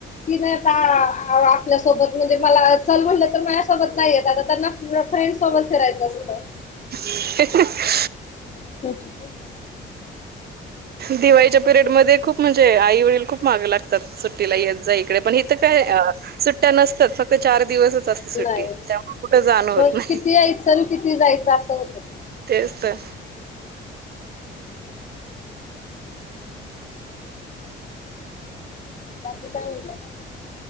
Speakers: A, on the left; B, on the right.
A: ती नाही आता... आपल्यासोबत म्हणजे मला चल म्हटलं तर माझ्यासोबत नाही येत आता त्यांना... तिला फ्रेंड सोबत फिरायच असतं.
B: ह....
A: <unintelligible>
B: दिवाळीच्या पिरियड मध्ये खूप म्हणजे आई वडील खूप माग लागतात सुट्टीला येत जा. पण इथ काय.... सुट्टया नसतात फक्त चार असतं... सुट्टी
A: नाही.
B: त्यामुळे कुठ जाण होत
A: मग
B: नाही.
A: किती यायचं आणि किती जायचं असं होतं ते.
B: तेच तर....
A: बाकी काय म्हणता.